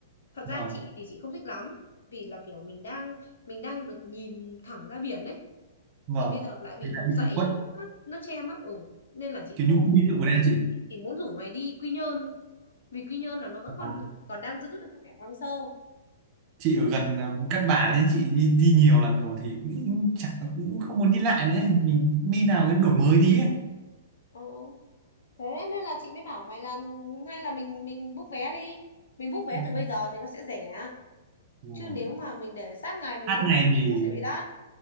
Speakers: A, on the left; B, on the right.
A: thật
B: vâng
A: ra chị thì chị không thích lắm vì là kiểu mình đang mình đang được nhìn thẳng ra biển ấy
B: vâng
A: thì bây giờ lại bị
B: Thì là
A: một
B: bị
A: dãy
B: khuất
A: nó, nó che mất ổ nên là chị
B: kiểu
A: không
B: như khu biệt thự ở đây chị
A: chị chỉ muốn rủ mày đi Quy Nhơn thôi. vì Quy Nhơn là nó vẫn còn
B: Ờ,
A: còn đang giữ được cái vẻ hoang sơ
B: chị ở gần ờ, Cát Bà đấy chị đi, đi nhiều lần rồi thì cũng chẳng cũng không muốn đi lại nữa ấy. mình đi nào đến đổi mới tí ấy.
A: ừ. thế nên là chị mới bảo mày là hay là mình mình book vé đi mình book vé
B: Ừ.
A: từ bây giờ thì nó sẽ rẻ
B: đúng
A: chứ
B: Rồi.
A: nếu mà mình để sát ngày mình
B: Hát
A: mới
B: ngày
A: book thì
B: thì
A: nó sẽ bị đắt